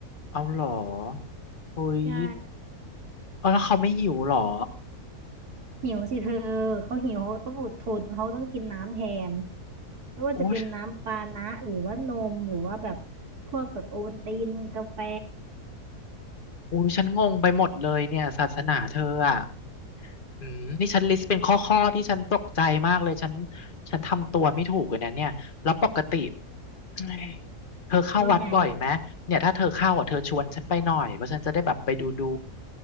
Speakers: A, on the left (about 35°); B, on the right (about 85°).
A: เอาหรอโอ้ย
B: ใช่
A: เอาแล้วเขาไม่หิวหรอ
B: หิวสิเธอเขาหิวเขาต้องอดทนเขาต้องกินน้ำแทนไม่ว่าจะเป็นน้ำปานะหรือว่านมหรือว่าแบบพวกแบบโอวัลตินกาแฟ
A: อุ้ยอุ้ยฉันงงไปหมดเลยเนี่ยศาสนาเธออ่ะอืมนี่ฉันลิสต์เป็นข้อข้อที่ฉันตกใจมากเลยฉันฉันทำตัวไม่ถูกเลยนะเนี่ยแล้วปกติเอ้ยเธอเข้าวัดบ่อยไหมเนี่ยถ้าเธอเข้าอ่ะเธอชวนฉันไปหน่อยเพราะฉันจะได้แบบไปดูดู
B: ว่าไง